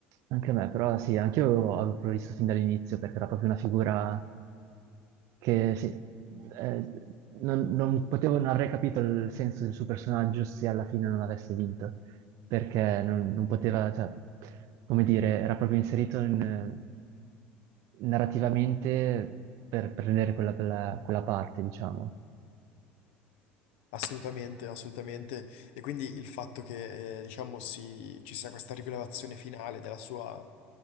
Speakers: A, on the right; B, on the left.
A: Anche a me, però sì, anche io avevo previsto fin dall'inizio perché era proprio una figura che sì, eh, non, non potevo, non avrei capito il senso del suo personaggio se alla fine non avesse vinto, perché non, non poteva, cioè, come dire, era proprio inserito in, eh, narrativamente per prendere quella, quella- quella parte, diciamo.
B: Assolutamente, assolutamente. E quindi il fatto che, eh, diciamo, si- ci sia questa rivelazione finale della sua